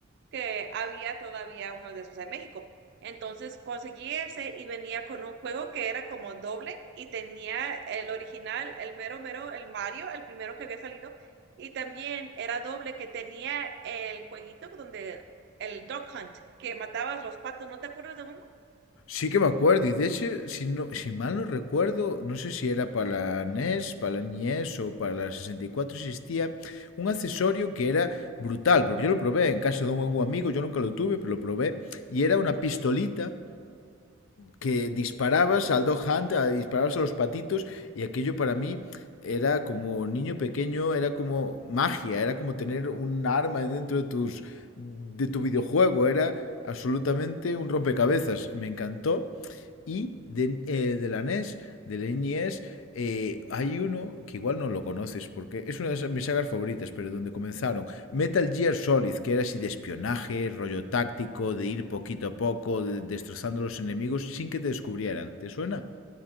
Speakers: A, on the right; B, on the left.
A: que había todavía uno de esos en México. Entonces conseguí ese y venía con un juego que era como doble y tenía el original, el mero mero, el Mario, el primero que había salido, y también era doble que tenía el jueguito donde el Duck Hunt, que matabas los patos, ¿no te acuerdas de uno?
B: Sí que me acuerdo, y de hecho, si, no, si mal no recuerdo, no sé si era para la NES, para la NES o para la 64, existía un accesorio que era brutal, porque yo lo probé en casa de un, un amigo, yo nunca lo tuve, pero lo probé, y era una pistolita que disparabas al Dog Hunt, a- disparabas a los patitos, y aquello para mí era como niño pequeño, era como magia, era como tener un arma dentro de tus de tu videojuego, era absolutamente un rompecabezas, me encantó. Y de, eh, de la NES, del NES, eh, hay uno que igual no lo conoces porque es una de mis sagas favoritas, pero donde comenzaron Metal Gear Solid, que era así de espionaje, rollo táctico, de ir poquito a poco, de- destrozando a los enemigos sin que te descubrieran. ¿Te suena?